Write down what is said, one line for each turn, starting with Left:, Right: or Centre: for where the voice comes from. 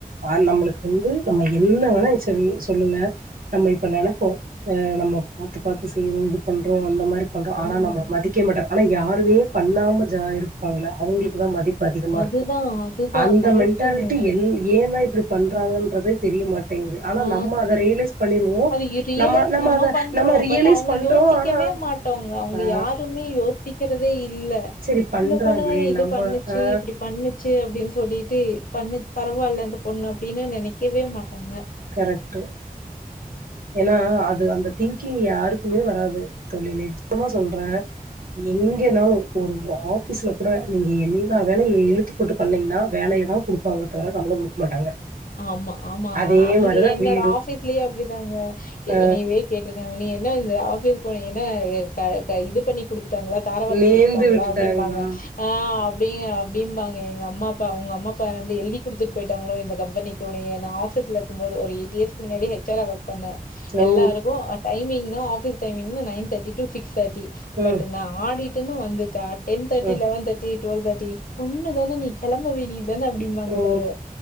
Right: ஆ நம்முளுக்கு வந்து நம்ம என்ன வேணாயு சலி சொல்லுங்க நம்ம இப்ப நெனப்போ நம்ம பாத்து பாத்து செய்யறு இது பண்றோ அந்த மாரி பண்றோ ஆனா
Left: ஆமா
Right: நம்மள மதிக்க மாட்ட ஆனா யாருவே பண்ணாம ஜா இருப்பாங்ள அவுங்ளுக்கு தா மதிப் பதிகமா
Left: அதுதான்
Right: இருக்கு
Left: அதுதான்
Right: அந்த
Left: கரெக்ட்டுங்க.
Right: மென்டாலிட்டி என் ஏன்னா இப்புடி பண்றாங்கன்றதே தெரிய மாட்டேங்கிது ஆனா
Left: ஆ
Right: நம் ம்ம அத ரியலைஸ் பண்ணிருவோ
Left: அது ரியலைஸ்
Right: நம்ம நம்ம அத
Left: பண்றோம்.
Right: நம்ம ரியலைஸ்
Left: பட் அவங்க
Right: பண்றோ
Left: யோசிக்கவே
Right: ஆனா
Left: மாட்டோங்க. அவங்க
Right: ஆ
Left: யாருமே யோசிக்கிறதே இல்ல
Right: செரி பண்றாங்களே
Left: இந்த பொண்ணுதானே இது
Right: நம்ம
Left: பண்ணுச்சு
Right: ஆ
Left: இப்படி பண்ணுச்சு அப்படின்னு சொல்லிட்டு பண்ணு பரவால்ல இந்த பொண்ணு அப்படின்னு நினைக்கவே மாட்டாங்க
Right: கரெக்ட்டு ஏன்னா அது அந்த திங்கிங் யாருக்குமே வராது தோழி சத்தியமா சொல்றே எங்கனாலு ஒரு ஆபீஸ்ல கூட நீங்க என்ன வேலை எழுத்துப்போட்டு பண்ணீங்கன்னா வேலையை தான் கொடுப்பாங்க தவிர சம்பள கொடுக்க மாட்டாங்க
Left: ஆமா ஆமா
Right: அதே
Left: நா அங்கே
Right: மாரிதா
Left: என்னோட
Right: வீடு
Left: ஆபீஸ்லயே அப்படிதாங்க
Right: ஆ
Left: என்னைவே கேட்ருக்காங்க நீ என்ன இந்த ஆபீஸ் என்னா இது பண்ணி கொடுத்து தாரவாத்து
Right: நேந்து
Left: குடுத்துட்டாங்களா
Right: விட்டுட்டாங்களா
Left: அப்படிம்பாங்க ஆ அப்டி அப்படிம்பாங்க எங்க அம்மா உங்க அம்மா அப்பா வந்து எழுதி கொடுத்துட்டு போயிட்டாங்களோ இந்த கம் ண்ணிக்க ஆபீஸ்ல இருக்கு போது ஒரு எய்ட் இயர்ஸ்க்கு முன்னாடி ஹச்ஆரா ஒர்க் பன்ன
Right: ஆ ஓ
Left: எல்லாருக்கும் timing office timing nine thirty ூ சிக்ஸ் தட்டி
Right: ஆ
Left: பட் நான் ஆடிட்டுன்னு வந்துட்டா டென் தேர்ட்டி
Right: ஆ
Left: லெவன் தேர்டி டூவல்தேட்டி பொண்ணுதானே நீ கிளம்பவே நீது தானே அப்படிம்பாங்க
Right: ஓ
Left: எல்லாரும்